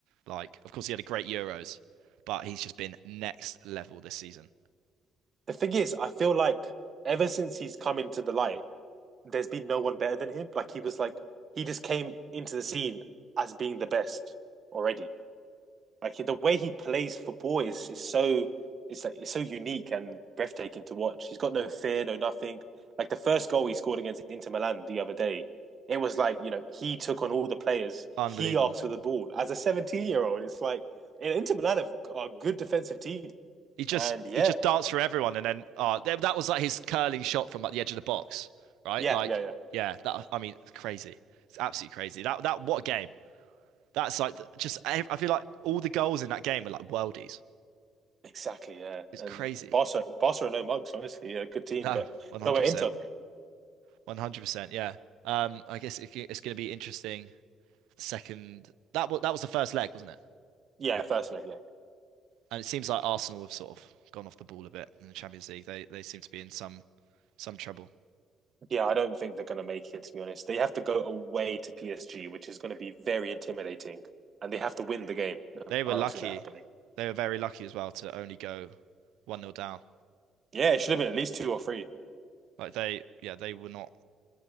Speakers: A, on the right; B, on the right.
A: Like, of course, he had a great Euros, but he's just been next level this season.
B: The thing is, I feel like ever since he's come into the light, there's been no one better than him. Like he was like he just came into the scene as being the best already. Like the way he plays football is is so it's like it's so unique and breathtaking to watch. He's got no fear, no nothing. Like the first goal he scored against Inter Milan the other day, it was like you know he took on all the players.
A: Unbelievable.
B: He asked for the ball as a seventeen-year-old. It's like and Inter Milan have, are a good defensive team,
A: He just
B: and
A: he
B: yeah,
A: just danced for everyone, and then uh, that that was like his curling shot from like the edge of the box, right?
B: yeah,
A: Like,
B: yeah, yeah,
A: yeah. That I mean, it's crazy. It's absolutely crazy. That that what a game. That's like just. I I feel like all the goals in that game are like worldies.
B: exactly, yeah.
A: It's
B: And
A: crazy.
B: Barca, Barca are no mugs, honestly. A good team,
A: No,
B: but
A: one hundred
B: no, we're
A: percent.
B: Inter.
A: 100%, yeah. Um, I guess it, it's going to be interesting. Second, that was that was the first leg, wasn't it?
B: Yeah, first leg, yeah.
A: And it seems like Arsenal have sort of gone off the ball a bit in the Champions League. They they seem to be in some some trouble.
B: Yeah, I don't think they're going to make it, to be honest. They have to go away to PSG, which is going to be very intimidating, and they have to win the game.
A: They were
B: I
A: lucky.
B: don't see that happening.
A: They were very lucky as well to only go one nil down.
B: Yeah, it should have been at least two or three.
A: Like they, yeah, they were not.